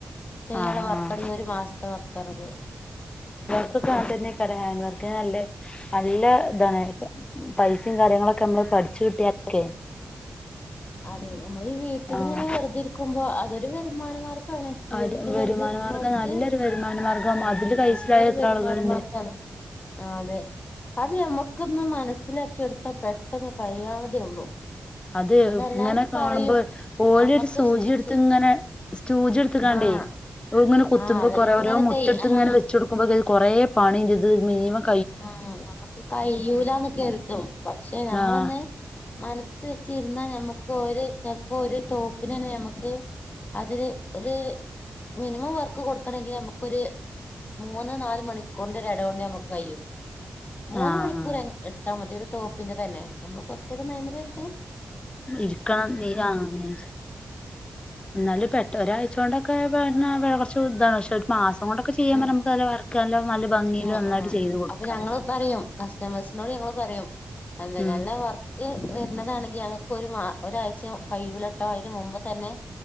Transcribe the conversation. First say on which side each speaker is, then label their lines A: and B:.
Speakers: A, on the left; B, on the left.
A: ചെയ്യാനുള്ള
B: ആഹ്
A: വർക്കാണ്.
B: ആഹ്
A: ഒരു മാസത്തെ വർക്ക്ണ്ട്
B: <unintelligible> ഹാൻഡ് വർക്ക് നല്ലെ നല്ല ഇതാണ് പൈസിം കാര്യങ്ങളൊക്കെ നമ്മള് പഠിച്ചു കിട്ടിയലൊക്കെ
A: അതെ നമ്മള് ഈ വീട്ടിലിങ്ങനെ
B: ആഹ്
A: വെറുതെ ഇരിക്കുമ്പോ അതൊരു വരു മാനമാർകം കാണ് വീട്ടില്
B: ഒരു വരുമാന
A: വെറുതെ ഇരിക്ക്ണോൽക്ക്.
B: മാർഗം നല്ലൊരു വരുമാന മാർഗം
A: മ്
B: അതില് കൈസലായ
A: നല്ലൊരു
B: എത്ര
A: വരുമാന
B: ആളുകളുണ്ട്
A: മാർഗാണ്. അതെ അത് നമ്മക്കൊന്ന് മനസ്സിലാ ക്കി എടുത്താ പെട്ടെന്ന്കഴിയാവുന്നതേ ഉള്ളൂ.
B: അത്
A: എല്ലാരും
B: ഇങ്ങനെ കാണുമ്പോ
A: പറയും
B: ഓലൊരു
A: ഞമ്മക്ക്
B: സൂചിയെടുത്ത്
A: സ്റ്റിച്ച്
B: ഇങ്ങനെ സൂചി എടുത്ത്കാണ്ടേ
A: ആഹ്
B: ഇങ്ങനെ കുത്തുമ്പോ
A: ആഹ് അവരിങ്ങനെ
B: കൊറെ ഓരോ മുത്ത്
A: തെയ്
B: എടുത്ത്
A: ആഹ്
B: ഇങ്ങനെ വെച്ച് കൊടുക്കുമ്പോൾ കൊറേ പണിയിണ്ട്. <inaudible>
A: ആ നമ്മുക്ക് കയൂലന്ന് കരുതും, പക്ഷെ നമ്മളൊന്ന്
B: ആഹ്
A: മനസ്സ് വെച്ചിരുന്നാ നമുക്ക് ഒരു ചിലപ്പോ ഒരു ടോപ്പിന് തന്നെ നമുക്ക്, അതില് ഒരു മിനിമം വർക്ക് കൊടുക്കണങ്കിൽ നമുക്കൊരു മൂന്ന് നാല് മണിക്കൂറിന്റെ ഒരു എട കൊണ്ടെ നമുക്ക് കഴിയു മൂന്ന്
B: ആഹ്
A: മണിക്കൂർ
B: ആഹ്
A: എൻ എടുത്താൽ മതി ഒരു ടോപ്പിന്റെ തന്നെ, നമ്മൾ കുറച്ചിസം <unintelligible>
B: ഇരിക്കണം നീ ആ <unintelligible> എന്നാലും പെ ന്ന് ഒരാഴ്ച കൊണ്ടൊക്കെ <unintelligible> കുറച്ചുതാണ്. പക്ഷെ ഒരു മാസം കൊണ്ടൊക്കെ ചെയ്യാൻ
A: മ്
B: പറഞ്ഞ നമുക്ക് നല്ല വർക്ക് നല്ല നല്ല ഭംഗിയില്
A: ആഹ്
B: നന്നായിട്ട്
A: ആ
B: ചെയ്ത് കൊടുക്കാം
A: അപ്പൊ ഞങ്ങള് പറയും, കസ്റ്റമേഴ്സിനോട് ഞങ്ങള് പറയും അതെ
B: ഉം
A: നല്ല വർക്ക് വരുന്നതാണങ്കി ഇ ഞങ്ങൾക്കൊരു മാ, ഒരാഴ്ച കൈയ്യൂലട്ടോ അതിന് മുമ്പ് തന്നെ